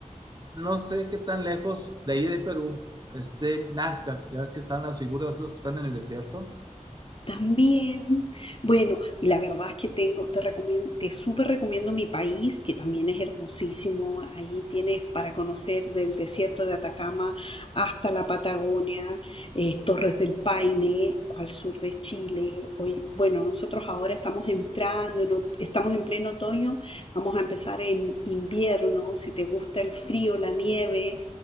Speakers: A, on the right (about 30°); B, on the left (about 45°).
A: no sé qué tan lejos de ahí de Perú esté Nazca, ya ves que están las figuras esas que están en el desierto.
B: También, bueno, y la verdad es que tengo, te recomiendo, te súper recomiendo mi país, que también es hermosísimo. Ahí tienes para conocer del desierto de Atacama hasta la Patagonia, eh, Torres del Paine, al sur de Chile. Hoy, bueno, nosotros ahora estamos entrando, en ot- estamos en pleno otoño, vamos a empezar en invierno. Si te gusta el frío, la nieve,